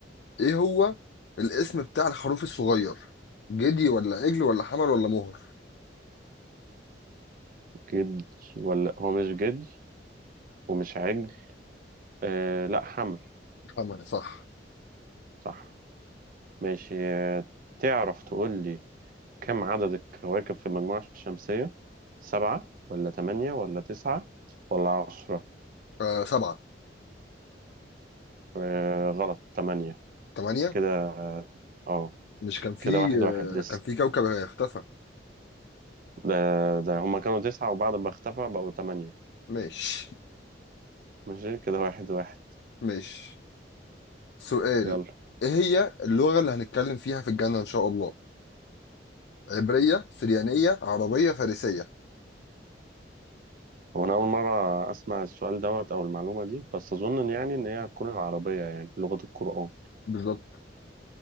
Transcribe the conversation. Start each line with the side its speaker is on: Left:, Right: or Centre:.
Left: ايه هو الاسم بتاع الخروف الصغير جدي ولا عجل ولا حمل ولا مهر
Right: جدي ولا هو مش جدي ومش عجل آه لا حمل
Left: حمل صح
Right: صح ماشي آه تعرف تقول لي كم عدد الكواكب في المجموعة الشمسية؟ سبعة ولا تمانية ولا تسعة ولا عشرة؟
Left: آه سبعة
Right: آه غلط تمانية
Left: تمانية
Right: كده اه
Left: مش كان في
Right: كده واحد واحد لسه
Left: آه كان في كوكب اختفى
Right: ده ده هما كانوا تسعة وبعد ما اختفى بقوا تمانية
Left: ماشي
Right: ماشي كده واحد واحد
Left: ماشي سؤال
Right: يلا
Left: ايه هي اللغة اللي هنتكلم فيها في الجنة ان شاء الله عبرية سريانية عربية فارسية
Right: هو أنا أول مرة أسمع السؤال دوت أو المعلومة دي بس أظن إن يعني إن هي هتكون العربية يعني لغة القرآن
Left: بالظبط